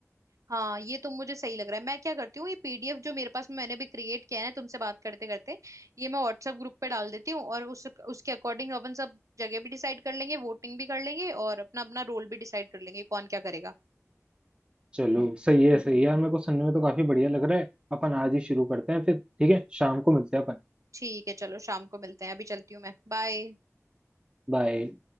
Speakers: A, on the right; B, on the right.
A: हाँ ये तो मुझे सही लग रहा है मैं क्या करती हूँ ये पीडीएफ जो मेरे पास मैंने भी क्रिएट किया है ना तुमसे बात करते करते ये मैं व्हाट्सएप ग्रुप पे डाल देती हूँ और उस उसके अकॉर्डिंग अपन सब जगह भी डिसाइड कर लेंगे वोटिंग भी कर लेंगे और अपना अपना रोल भी डिसाइड कर लेंगे कौन क्या करेगा
B: चलो सही है सही है यार मेरे को सुनने में तो काफी बढ़िया लग रहा है अपन आज ही शुरू करते हैं फिर ठीक है शाम को मिलते हैं अपन
A: ठीक है चलो शाम को मिलते हैं अभी चलती हूँ मैं बाय
B: बाय